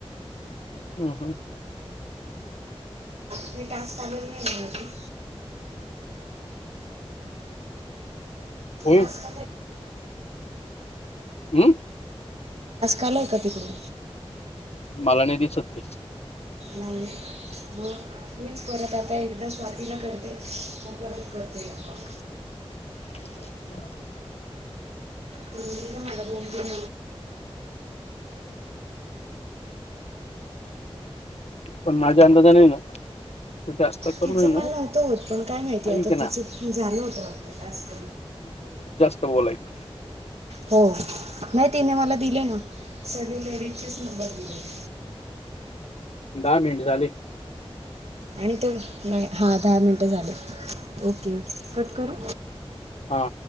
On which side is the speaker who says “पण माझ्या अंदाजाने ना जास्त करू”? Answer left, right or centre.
Left